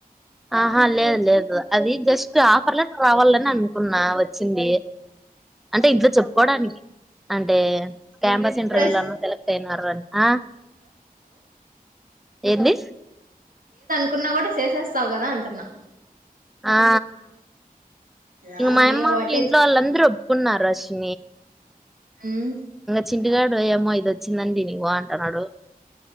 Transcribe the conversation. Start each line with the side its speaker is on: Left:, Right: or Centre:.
Centre: ఆహా అ లేే లేదు అది జస్ట్ ఆఫర్ లెటర్ రావాలని అనుకున్నా వచ్చింది అంటే ఇంట్లో చెప్పుకోడానికి అంటే
Right: <inaudible>
Centre: క్యాంపస్ ఇంటర్వ్యూలోనూ సెలెక్ట్ అయినారు అని ఆ ఏంది
Right: కున్నా కూడా చేసేస్తావు కదా అంటున్నా
Centre: ఆ
Right: యా.
Centre: ఇక మాయమ్మ
Right: ఏ వాట్
Centre: ఇంట్లో
Right: ఏ
Centre: వాళ్ళందరూ ఒప్పుకున్నారు రష్ స్
Right: హుమ్
Centre: చింటుగాడు ఏమో ఇది వచ్చిందండి నీవు అంటున్నాడు